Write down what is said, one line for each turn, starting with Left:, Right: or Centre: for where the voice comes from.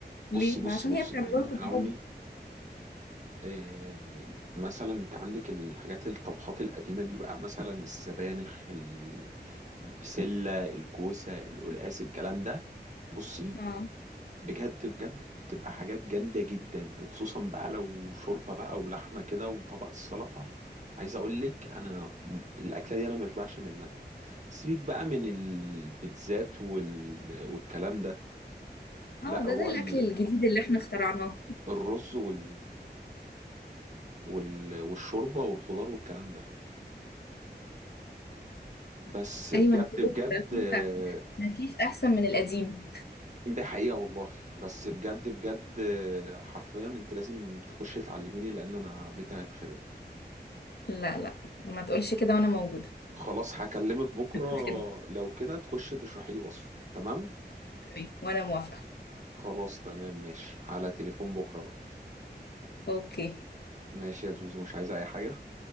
Right: بصي
Left: ليه
Right: بصي
Left: ما عشان هي
Right: بصي
Left: بتعمله
Right: يعني
Left: لكم
Right: انا
Left: بحب
Right: امي إيه مثلا انت عندك الحاجات الطبخات القديمه دي بقى مثلا السبانخ ال- البسله الكوسه القلقاس الكلام ده بصي
Left: اه
Right: بجد بجد تبقى حاجات جامده جدا وخصوصا بقى لو شوربه بقى ولحمه كده وطبق السلطه عايز اقول لك انا م- الاكله دي انا مشبعش منها سيبك بقى من البيتزات وال... والكلام ده لا
Left: اه ده
Right: هو
Left: ده الاكل
Right: ال-
Left: الجديد اللي احنا اخترعناه
Right: الرز وال... وال... والشوربة والخضار والكلام ده بس بجد
Left: ايوه انا فوجئت.
Right: بجد آه،
Left: مفيش احسن من القديم
Right: ده حقيقة والله بس بجد بجد آه، حرفيا انت لازم تخشي تعلميني لان انا بيتي هيتخرب
Left: لا لا ما تقولش كده وانا موجودة
Right: خلاص هكلمك بكرة
Left: <laughs> ما تقولش كده
Right: لو كده تخشي تشرحي لي وصفة تمام
Left: تمام. وانا موافقة
Right: خلاص تمام ماشي على تليفون بكرة بقى
Left: اوكي
Right: ماشي يا زوزو مش عايزة اي حاجة